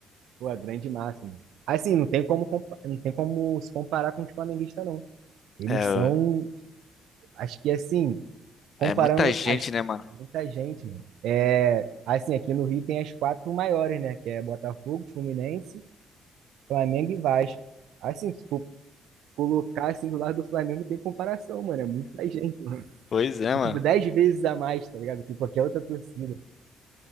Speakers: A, on the right (about 65°); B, on the left (about 50°).
A: Pô, a grande máxima. Assim, não tem como, compa- não tem como se comparar com os flamenguistas, não. Eles
B: É,
A: são, acho que assim, comparando
B: é muita gente,
A: as
B: né, mano?
A: muita gente, né? É, assim, aqui no Rio tem as quatro maiores, né? Que é Botafogo, Fluminense, Flamengo e Vasco. Assim, se for colocar assim do lado do Flamengo, tem comparação, mano. É muita gente, né?
B: Pois é,
A: É
B: mano.
A: tipo dez vezes a mais, tá ligado? Que qualquer outra torcida.